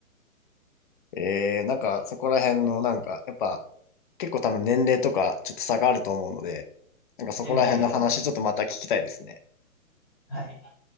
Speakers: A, on the left; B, in the centre.
A: ええ、なんかそこら辺のなんか、やっぱ結構多分年齢とかちょっと差があると思うので、なんかそこら辺の話ちょっとまた聞きたいですね。
B: ええ。はい。